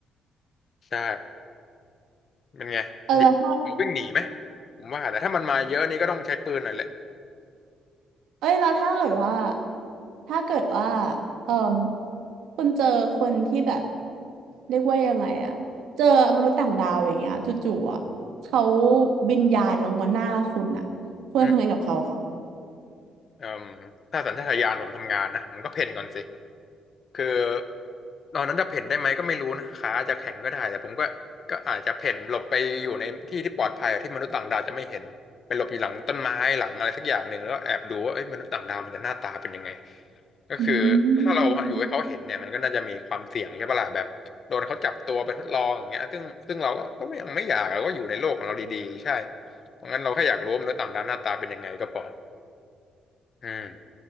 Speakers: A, on the left; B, on the right.
A: ใช่เป็นไงดิเดี๋ยววิ่งหนีไหม
B: เออแล้วถ้า
A: ผมว่าแต่ถ้ามันมาเยอะนี่ก็ต้องใช้ปืนหน่อยแหละ
B: เอ้ยแล้วถ้าเกิดว่าถ้าเกิดว่าเออคุณเจอคนที่แบบเรียกว่ายังไงอะเจอมนุษย์ต่างดาวอย่างเงี้ยจู่ๆอะเขาบินยานลงมาหน้าคุณอะคุณจะทำไงกับเขาคะ
A: อืมเอ่มถ้าสัญชาตญาณผมทำงานนะผมก็เพ่นก่อนสิ คือตอนนั้นจะเพ่นได้ไหมก็ไม่รู้นะขาอาจจะแข็งก็ได้แต่ผมก็ก็อาจจะเพ่นหลบไปอยู่ในที่ที่ปลอดภัยอะที่มนุษย์ต่างดาวจะไม่เห็นไปหลบอยู่หลังต้นไม้หลังอะไรสักอย่างหนึ่งแล้วก็แอบดูว่าเอ้ยมนุษย์ต่างดาวมันจะหน้าตาเป็นยังไงก็คือถ้าเราอยู่ให้เขาเห็นเนี่ยมันก็น่าจะมีความเสี่ยงใช่ปะล่ะแบบโดนเขาจับตัวไปทดลองอย่างเงี้ยซึ่งซึ่งเราก็ก็ยังไม่อยากเราก็อยู่ในโลกของเราดีๆใช่
B: อืม
A: เพราะงั้นเราแค่อยากรู้ว่ามนุษย์ต่างดาวหน้าตาเป็นยังไงก็พออืม